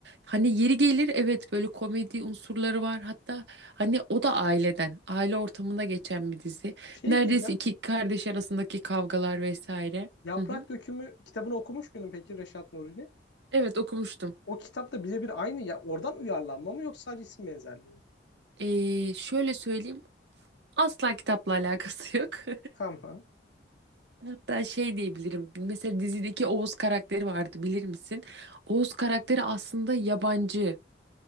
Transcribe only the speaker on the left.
Şey
diyeceğim.
Yaprak
Dökümü kitabını okumuş muydun peki Reşat Nuri'nin?
O kitapta birebir aynı ya. Oradan uyarlanma mı yoksa sadece isim benzerliği mi?
Tamam.